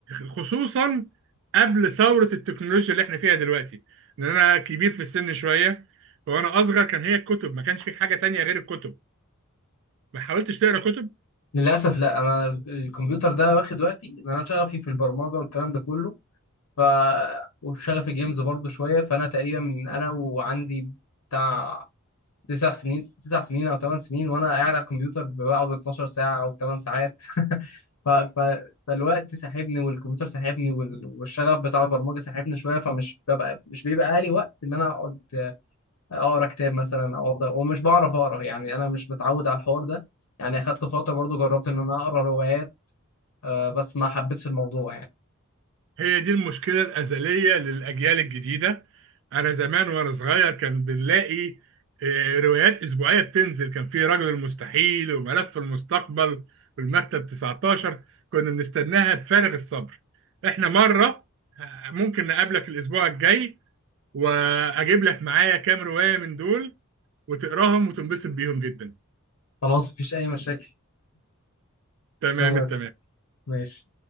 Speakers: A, on the right; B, on the left.
A: خصوصا قبل ثوره التكنولوجيا اللي احنا فيها دلوقتي لان انا كبير في السن شويه وانا اصغر كان هي الكتب ما كانش في حاجه تانية غير الكتب ما حاولتش تقرا كتب
B: للاسف لا انا الكمبيوتر ده واخد وقتي ان انا شغفي في البرمجه والكلام ده كله ف وشغفي جيمز برضو شويه فانا تقريبا من انا وعندي بتاع تسع سنين تسع سنين او ثمان سنين وانا قاعد على الكمبيوتر بقعد 12 ساعه او 8 ساعات <laughs> ف... ف... فالوقت ساحبني والكمبيوتر ساحبني وال... والشغف بتاع البرمجه ساحبني شويه فمش ببقى مش بيبقى لي وقت ان انا اقعد اقرا كتاب مثلا او افضل ومش بعرف اقرا يعني انا مش متعود على الحوار ده يعني اخدت فتره برضو جربت ان انا اقرا روايات آه، بس ما حبيتش الموضوع يعني
A: هي دي المشكلة الأزلية للأجيال الجديدة أنا زمان وأنا صغير كان بنلاقي آه، روايات أسبوعية بتنزل كان في رجل المستحيل وملف المستقبل والمكتب 19 كنا بنستناها بفارغ الصبر إحنا مرة آه، ممكن نقابلك الأسبوع الجاي وأجيب لك معايا كام رواية من دول وتقراهم وتنبسط بيهم جدا
B: خلاص مفيش اي مشاكل
A: تمام
B: انا موافق
A: التمام
B: ماشي